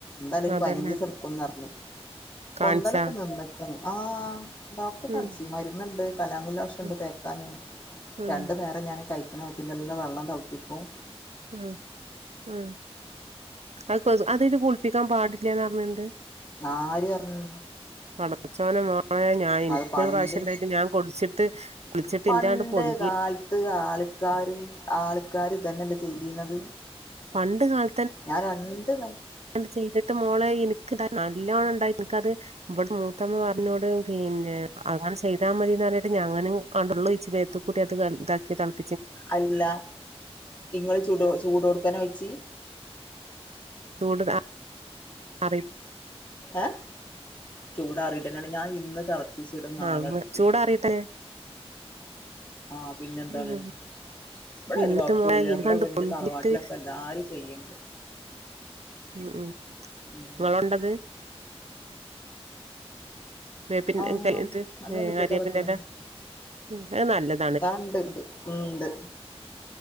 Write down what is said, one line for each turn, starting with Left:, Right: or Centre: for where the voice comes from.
Left: ന്തായാലും ഒര്പയ്നഞ്ചീസം
Right: അതന്നെ
Left: ട്ക്കുന്നറ്ഞ്ഞ്
Right: കാണിച്ചാ
Left: പൊന്തലൊക്കെ നിന്ന്ക്ക്ണ് ആ ഡോക്ടെ കാണ്ചി
Right: ഉം
Left: മര്ന്ന്ണ്ട് കലാമിലോഷണ്ട്
Right: ഉം
Left: തേക്കാന്
Right: ഉം
Left: രണ്ട്നേരം ഞാന് കയ് പിന്നെന്നും വെള്ളം തെള്പ്പിക്കും
Right: ഉം ഉം അത് അത് കൊ അതാത് കുൾപ്പിക്കാൻ പാടി ല്ലാന്ന്റ്ഞ്ഞ്ണ്ട്
Left: ആര് പറഞ്ഞ്
Right: പടച്ചോനെ മോളെ ഞാൻ എനിക്കൊരു
Left: അത് പണ്ട്
Right: പ്രാവശ്യം ഉണ്ടായിട്ട് ഞാൻ കുടിച്ചിട്ട് കുളിച്ചിട്ട്
Left: പണ്ട്
Right: ഇന്റാണ്ട് പൊന്തി
Left: കാലത്ത് ആൾക്കാര് ആൾക്കാര് ഇതന്നെല്ല ചെയ് ഇതത്
Right: പണ്ട്‌ കാല
Left: ഞാൻ രണ്ട് നേ
Right: <unintelligible> ചെയ്തിട്ട് മോളെ ഇന്ക്ക്താ നല്ലോണണ്ടായി ഇന്ക്കത് ഇവിടെ മൂത്തമ്മ പറഞ്ഞോണ്ട്‌ പിന്നെ അങ്ങനെ ചെയ് <unintelligible> മതിന്ന് പറഞ്ഞിട്ട് ഞാനും <unintelligible> വെള്ളൊഴിച്ച് മേത്ത്ക്കൂടി അത് വെ ഇതാക്കിയതാണ്
Left: അല്ല ഇങ്ങള് ചൂടൊ ചൂടോട്ക്കനെ ഒഴിച്ച്
Right: <unintelligible> അതെ
Left: ഏ ചൂ ഇതാറിയിട്ടന്നേണ് ഞാൻ ഇന്ന് തള മിസ്സ്ടും നാളെട്ക്കും
Right: ആഹ് ചൂടാറിട്ടെ
Left: ആഹ് പിന്നെന്താള്ളെ.
Right: ഉം
Left: ഇവിടെ
Right: എന്നിട്ട്
Left: ഒരു കൊഴപ്പുല്ല
Right: മോളെ എനിക്കാണ്ട്
Left: ഇവിടെ വെന്റെ
Right: പൊന്തിട്ട്
Left: തറവാട്ടിലൊക്കെ എല്ലാരും ചെയ്യ്ണ്ട്
Right: ഉം ഉം
Left: ഉം
Right: നിങ്ങളാണ്ടത് വേപ്പിന്റെ
Left: ആഹ്
Right: ഇന്ക്കല്ലെ ഇത്
Left: നമ്മളെ
Right: ഏ
Left: മുറ്റത്താ
Right: ആര്യവേപ്പിന്റെല്ല
Left: വെക്ക്ണ്
Right: ഉം അത് നല്ലത്
Left: ആ ഇണ്ട്ണ്ട് ഉം ണ്ട്.